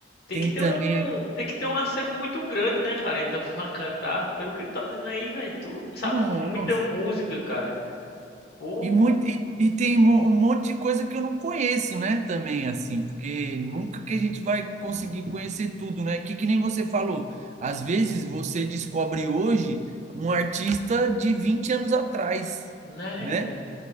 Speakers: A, on the left; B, on the right.
A: tem
B: Tem
A: que ter
B: também.
A: um,
B: a-
A: tem que ter um acervo muito grande, né, cara? Então, <laughs> pra cantar, pelo que tu tá me dizendo aí, velho, tu sabe
B: Ah,
A: muita
B: Nossa.
A: música, cara. Pô,
B: E, muito, e, e tem um um monte de coisa que eu não conheço, né? Também, assim, porque nunca que a gente vai conseguir conhecer tudo, né? Que, que nem você falou, às vezes você descobre hoje um artista de 20 anos atrás,
A: né,
B: né?
A: velho?